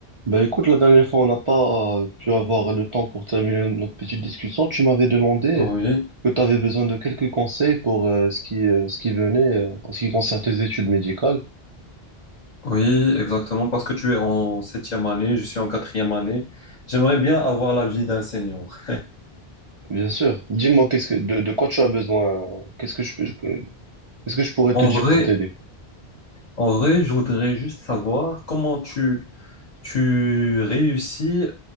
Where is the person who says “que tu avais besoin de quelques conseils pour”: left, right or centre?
Right